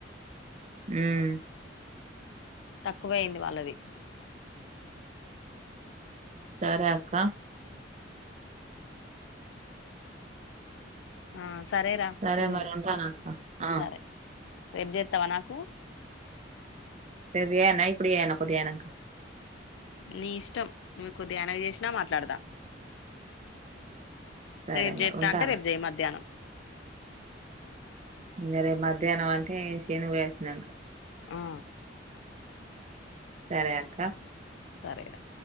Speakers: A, on the right (about 40°); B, on the left (about 85°).
A: ఊమ్
B: తక్కువయింది వాళ్ళది
A: సరే అక్క
B: ఆ సరేరా
A: సరే
B: పూర్ణిమ
A: మరి ఉంటాను అక్క ఆ
B: సరే రేపు చేత్తవా నాకూ
A: రేప్ జేయాన్నా, ఇప్పుడు జేయానా, పొద్ది అయినంక.
B: నీ ఇష్టం నువ్ కొద్ది అయిన చేసినా మాట్లాడతా
A: సరే
B: రేప్ జేత్తా
A: మరి ఉంటానా
B: అంటే రేప్ జెయ్ మధ్యాహ్నం
A: ఇంగ రేప్ మధ్యాహ్నం అంటే, శేనుగ్ వేయొచ్చినంక.
B: ఆ
A: సరే అక్క
B: సరేరా